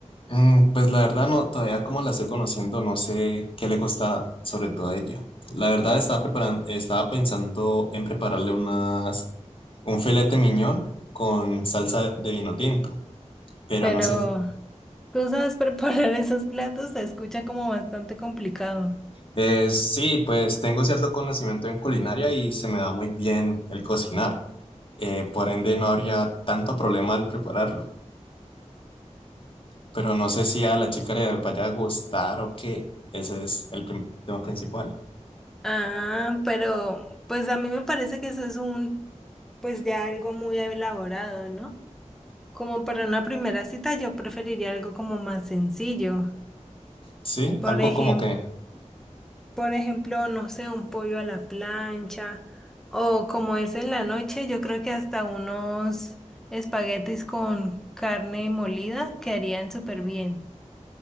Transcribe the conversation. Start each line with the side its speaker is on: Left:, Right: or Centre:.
Left: Mm, pues la verdad no, todavía como la estoy conociendo, no sé qué le cuesta sobre todo a ella. La verdad estaba preparando, estaba pensando en prepararle unas, un filete miñón con salsa de vino tinto, pero
Centre: pero
Left: no sé.
Centre: tú sabes preparar <laughs> esos platos, se escucha como bastante complicado.
Left: Eh, sí, pues tengo cierto conocimiento en culinaria y se me da muy bien el cocinar. Eh, por ende no habría tanto problema al prepararlo, pero no sé si a la chica le vaya a gustar o qué. Ese es el prim- tema principal.
Centre: Ah, pero pues a mí me parece que eso es un, pues ya algo muy elaborado, ¿no? Como para una primera cita yo preferiría algo como más sencillo.
Left: Sí,
Centre: Por
Left: algo
Centre: ejemplo,
Left: como que...
Centre: Por ejemplo, no sé, un pollo a la plancha o como es en la noche, yo creo que hasta unos espaguetis con carne molida quedarían súper bien.